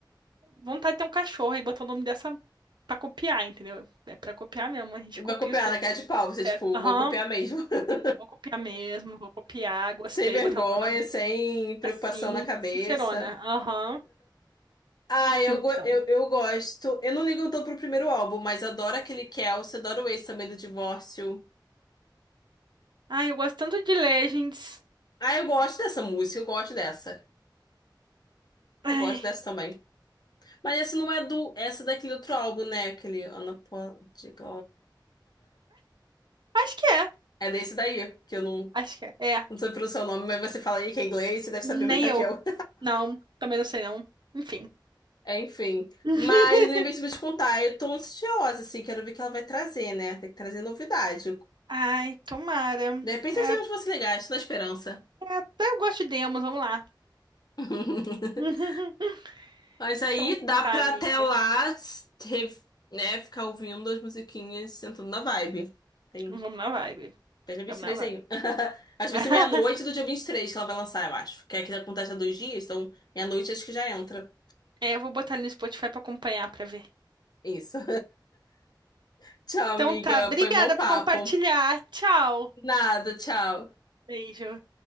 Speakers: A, on the right (about 70°); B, on the left (about 60°).
A: vontade de ter um cachorro e botar o nome dessa pra copiar, entendeu? É pra copiar mesmo, a gente
B: E
A: copia
B: vai copiar
A: os cantos
B: na cara de pau, você,
A: certo.
B: tipo,
A: Aham,
B: vou copiar mesmo. <laughs>
A: vou copiar mesmo, vou copiar, gostei,
B: Sem vergonha,
A: botar o nome da música
B: sem preocupação
A: assim,
B: na cabeça.
A: sincerona. Aham,
B: Ah, eu,
A: então.
B: go- eu, eu gosto. Eu não ligo tanto pro primeiro álbum, mas adoro aquele Kelsey, adoro o Ace também do Divórcio.
A: Ai, eu gosto tanto de Legends.
B: Ah, eu gosto dessa música, eu gosto dessa.
A: Ai,
B: Eu gosto dessa também. Mas essa não é do. Essa é daquele outro álbum, né? Aquele Unapologetic.
A: acho que é,
B: É desse daí, que eu não,
A: acho que é. É,
B: não sei pronunciar o nome, mas você fala aí que é inglês, você deve saber
A: nem
B: melhor
A: eu.
B: que eu.
A: Não, também não sei não. Enfim.
B: <laughs> Enfim.
A: <laughs>
B: Mas lembrei de te contar, eu tô ansiosa, assim, quero ver o que ela vai trazer, né? Tem que trazer novidade.
A: Ai, tomara.
B: De repente,
A: É,
B: nós temos
A: até,
B: você legal, estou na esperança.
A: até eu gosto de demos, vamos lá.
B: <laughs>
A: <laughs>
B: Mas aí
A: Então
B: dá
A: tá,
B: pra
A: amiga.
B: até lá, re- né, ficar ouvindo as musiquinhas, sentando na vibe. Tem
A: Vamos na vibe.
B: até dia vinte
A: Vamos
B: e três
A: na vibe.
B: aí. <laughs> Acho que vai
A: <laughs>
B: ser meia-noite do dia 23 que ela vai lançar, eu acho. Que é que acontece há dois dias, então meia-noite acho que já entra.
A: É, eu vou botar ali no Spotify pra acompanhar, pra ver.
B: Isso. <laughs> Tchau,
A: Então
B: amiga.
A: tá, obrigada
B: Foi bom papo.
A: por compartilhar. Tchau.
B: Nada, tchau.
A: Beijo.